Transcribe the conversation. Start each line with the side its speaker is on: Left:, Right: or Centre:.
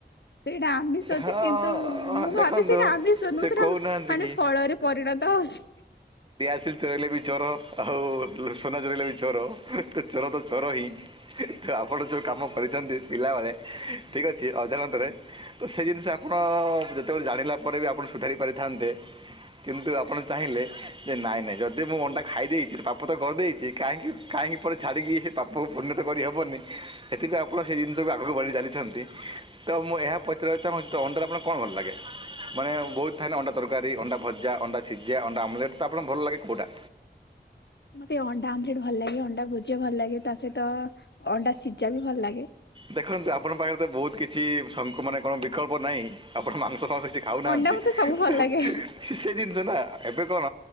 Left: ତ ଏଇଟା ଆମିଷ
Right: ହଁ
Left: ଯେ କିନ୍ତୁ ମୁଁ
Right: ଦେଖନ୍ତୁ
Left: ଭାବେ ସେଇଟା ଆମିଷ
Right: ସେ
Left: ନୁହଁ ସେଇଟା
Right: କହୁନାହାନ୍ତି
Left: ମାନେ
Right: କି
Left: ଫଳରେ ପରିଣତ ହଉଛି।
Right: ଷ୍ଟିଲ୍ ଚୋରାଇଲେ ବି ଚୋର ଆଉ ଲୁ ସୁନା ଚୋରେଇଲେ ବି ଚୋର ତ ଚୋର ତ ଚୋର ହିଁ। ତ ଆପଣ ଯୋଉ କାମ କରିଛନ୍ତି ପିଲାବେଳେ ଠିକ୍ ଅଛି ଅଜାଣତରେ ତ ସେ ଜିନିଷ ଆପଣ ଯେତେବେଳେ ଜାଣିଲା ପରେ ବି ଆପଣ ସୁଧାରି ପାରିଥାନ୍ତେ କିନ୍ତୁ ଆପଣ ଚାହିଁଲେ ଯେ ନାଇଁ ନାଇଁ ଯଦି ମୁଁ ଅଣ୍ଡା ଖାଇ ଦେଇଛି ତ ପା ପ ତ କରିଦେଇଛି କାହିଁକି କାହିଁକି ପରେ ଛାଡ଼ିକି ସେ ପାପକୁ ପୁଣ୍ୟ ତ କରିହବନି ସେଥିପାଇଁ ଆପଣ ସେଇ ଜିନିଷକୁ ଆଗକୁ ବଢି ଚାଲିଛନ୍ତି। ତ ମୁଁ ଏହା ପଚାରିବାକୁ ଚାହୁଁଛି ତ ଅଣ୍ଡାରେ ଆପଣଙ୍କୁ କଣ ଭଲ ଲାଗେ? ମାନେ ବହୁତ ଥାଏ ନା ଅଣ୍ଡା ତରକାରୀ ଅଣ୍ଡା ଭଜା ଅଣ୍ଡା ସିଝା ଅଣ୍ଡା ଆମଲେଟ୍ ତ ଆପଣଙ୍କୁ ଭଲ ଲାଗେ କୋଉଟା?
Left: ମତେ ଅଣ୍ଡା ଆମଲେଟ୍ ଭଲ ଲାଗେ ଅଣ୍ଡା ଭୁଜିଆ ଭଲ ଲାଗେ ତା ସହିତ ଅଣ୍ଡା ସିଝା ବି ଭଲ ଲାଗେ।
Right: ଦେଖନ୍ତୁ ଆପଣଙ୍କ ପାଖରେ ତ ବହୁତ କିଛି ସକଂ ମାନେ କଣ ବିକଳ୍ପ ନାହିଁ ଆପଣ ମାଂସ ଫାଂସ କିଛି ଖାଉନାହାନ୍ତି
Left: ଅଣ୍ଡା ମତେ ସବୁ ଭଲ
Right: ତ
Left: ଲାଗେ
Right: ସେ ସେ ଜିନିଷ ନା ଏବେ କଣ